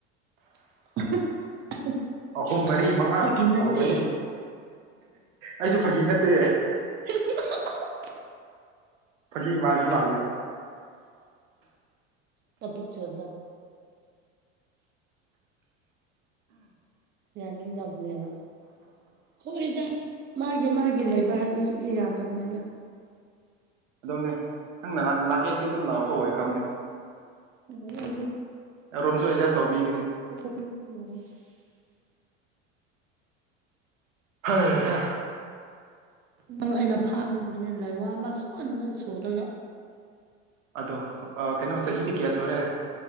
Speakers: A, on the right (about 30°); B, on the right (about 85°).
A: <unintelligible>
B: ꯑꯍꯨꯝ ꯃꯔꯤ ꯃꯉꯥ
A: ꯐꯥꯒꯤ ꯅꯠꯇꯦ
B: ꯂꯧꯒꯅꯤ ꯑꯩꯁꯨ ꯐꯥꯒꯤ ꯅꯠꯇꯦ
A: <inaudible>
B: ꯐꯛꯤ ꯃꯥꯜꯕ ꯃꯥꯜꯂꯦ
A: ꯇ ꯄꯨꯛꯆꯦꯜꯗ ꯌꯥꯅꯤꯡ ꯗꯕꯅꯦꯕ ꯍꯣꯏꯖ ꯃꯥꯒꯤ ꯃꯥꯒꯤ ꯂꯩꯕ ꯍꯥꯏꯕꯁꯤꯗꯤ ꯌꯥꯗꯕꯅꯤꯗ
B: ꯑꯗꯨꯣꯅꯦ ꯅꯪꯅ ꯂꯥꯛꯀꯦ ꯑꯗꯨꯗꯤ ꯑꯗꯨꯝ ꯂꯥꯛꯑꯣ ꯀꯧꯋꯦ ꯈꯝꯅꯦ
A: ꯃꯥ ꯁ ꯊ
B: ꯔꯨꯝꯁꯨ ꯑꯦꯗꯖꯁ ꯇꯧꯕꯤꯒꯅꯤ
A: ꯑ ꯈꯇꯠꯇ ꯌꯥꯔꯦ
B: ꯍꯣꯏ ꯍꯥ <inaudible>
A: ꯅꯪ ꯑꯩꯅ ꯐꯥꯔꯗꯣꯏꯅꯦ ꯂꯥꯏꯋꯥ ꯑꯃ ꯁꯟꯅ ꯁꯣꯜꯂꯒ
B: ꯑꯗꯣ ꯀꯩꯅꯣ ꯆꯍꯤꯗꯤ ꯀꯌꯥ ꯁꯨꯔꯦ